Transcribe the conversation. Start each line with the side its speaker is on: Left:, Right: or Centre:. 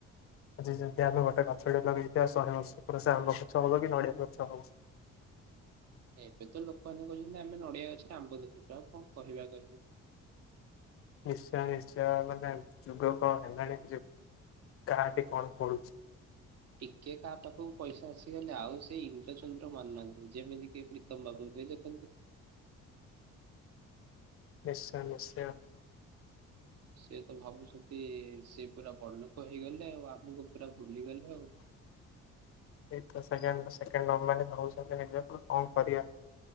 Left: ଆଜି ଯଦି ଆମେ ଗୋଟେ ଗଛଟେ ଲଗେଇଥିବା ଶହେ ବର୍ଷ ପୁର ସେ ଆମ୍ବ ଗଛ ହବ କି ନଡ଼ିଆ ଗଛ ହବ।
Right: ଏବେ ତ ଲୋକମାନେ କହୁଛନ୍ତି ଆମେ ନଡିଆ ଗଛରେ ଆମ୍ବ ଦେଖୁଚୁ, ଆଉ କଣ କହିବା କହିବି।
Left: ନିଶ୍ଚୟ ନିଶ୍ଚୟ ମାନେ ଯୁଗ କଣ ହେଲାଣି କାହାଠି କଣ <unintelligible>
Right: ଟିକେ କାହା ପାଖକୁ ପଇସା ଆସିଗଲେ ଆଉ ସେ ଇନ୍ଦ୍ର ଚନ୍ଦ୍ର ମାନୁ ନାହାନ୍ତି, ଯେମିତି କି <unintelligible> ଦେଖନ୍ତୁ
Left: ନିଶ୍ଚୟ ନିଶ୍ଚୟ।
Right: ସେ ତ ଭାବୁଛନ୍ତି ସେ ପୁରା ବଡଲୋକ ହେଇଗଲେ, ଆଉ ଆମକୁ ପୁରା ଭୁଲିଗଲେ ଆଉ।
Left: ସେକେଣ୍ଡ ସେକେଣ୍ଡ ଅମ୍ବାନୀ କହୁଛନ୍ତି ନିଜକୁ କଣ କରିବା।